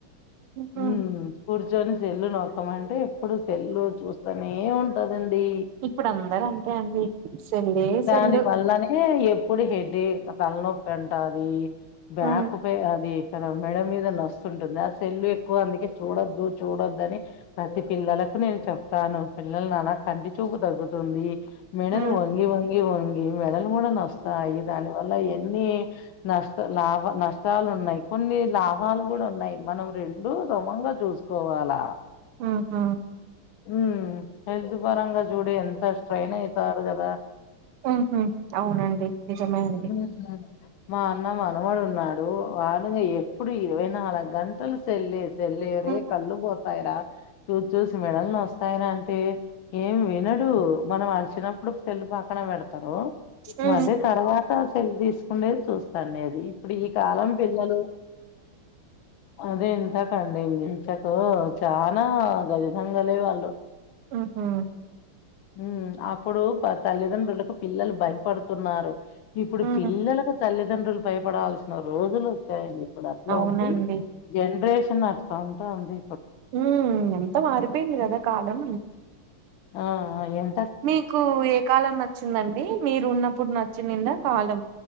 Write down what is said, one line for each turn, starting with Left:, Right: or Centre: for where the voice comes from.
Right: ఉహు
Left: ఉమ్ కూర్చొని సెల్లు నొక్కమంటే ఎప్పుడు సెల్లు చూస్తానే ఉంటదం డి
Right: ఇప్పుడు అందరు అంతే అండి సెల్లే
Left: దాని
Right: సెల్లు
Left: వల్లనే ఎ ఎప్పుడు హెడేక్ తలనొప్పి అంటాది బ్యాక్
Right: ఉ
Left: పై అది ఇక్కడ మెడ మీద నొస్తుంటుందా ఆ సెల్లు ఎక్కువ అందుకే చూడొద్దు చూడొదని ప్రతి పిల్లలకు నేను చెప్తాను పిల్లల్నా లా కంటి చూ పు తగ్గుతుంది మెడలు
Right: ఉ
Left: వంగి వంగి వం మెడలు కూడా వస్తాయి దాని వల్ల ఎన్ని నష్ట లాభ నష్టాలు ఉన్నాయి కొన్ని లాభాలు కూడా ఉన్నాయి మనం రెండూ సమంగా చూసుకోవాలా
Right: ఉహు
Left: ఉ హెల్త్ పరంగా చూడి ఎంత స్ట్రెయిన్ అయితారు కదా
Right: ఉహు అవునండి నిజమే అండి
Left: ఉమ్. మా అన్న మనమడు ఉన్నాడు వాడు ఎప్పుడు ఇరవై నాలుగు గంటలు సెల్లె తెళ్లిరే
Right: ఉహు
Left: కళ్ళు పోతాయిరా చూ చూ మెడల్ని నోస్తాయి రా అంటే ఏం వినడు మనం అరిచిన్నప్పుడు సెల్లు పక్కన పెడత్ తరు
Right: ఉ
Left: మల్లి తర్వాత సెల్ తీసుకుండేది చూస్తాండేది ఇప్పుడు ఈ కాలం పిల్లలు అది ఇంత డి మించకు చానా గరితంగా లే వాళ్ళు
Right: ఉహు
Left: ఉ అప్పుడు తల్లిదండ్రులకు పిల్లలు భయపడుతున్నారు ఇప్పుడు
Right: ఉ
Left: పిల్లలకు తల్లిదండ్రులు పైపడావల్సిన రోజులు వచ్చాయండి ఇప్పుడు అట్లా
Right: అవునండి
Left: ఉంది జనరేషన్ అట్లా ఉంటా ఉంది
Right: ఉ ఎంత మారిపోయింది కదా కాలం
Left: అ అ ఏం
Right: మీకు ఏ కాలం నచ్చిందండి మీరు ఉన్నప్పుడు నచ్చింనిందా కాలం